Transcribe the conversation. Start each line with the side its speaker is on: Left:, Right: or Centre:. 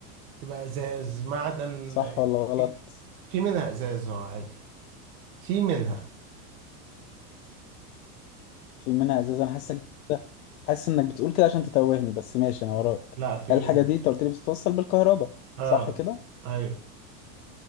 Right: تبقى إزاز معدن
Left: صح ولا
Right: في
Left: غلط
Right: في منها إزاز اه عادي في منها
Left: في منها ازاز انا حاسك حاسس انك بتقول كده عشان تتوهني بس ماشي انا وراك
Right: لا في
Left: هل
Right: منها
Left: الحاجة دي انت قلت لي بتتوصل بالكهرباء
Right: اه
Left: صح كده
Right: ايوه